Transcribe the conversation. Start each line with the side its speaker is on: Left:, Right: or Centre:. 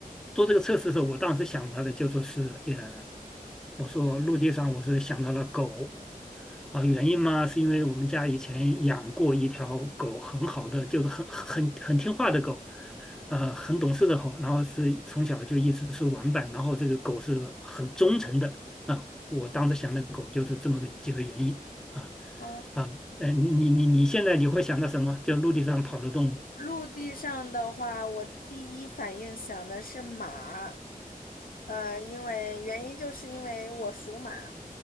Centre: 做这个测试的时候，我当时想到的就说是呃。我说陆地上，我是想到了狗，啊，原因嘛，是因为我们家以前养过一条狗，很好的，就是很很很听话的狗，呃，很懂事的狗，然后是从小就一直是玩伴，然后这个狗是很忠诚的，啊，我当时想的狗就是这么个几个原因，
Left: 嗯
Centre: 啊
Left: 哦，
Centre: 啊，呃，你你你现在你会想到什么？就陆地上跑的动物
Left: 陆地上的话，我第一反应想的是马，呃，因为原因就是因为我属马，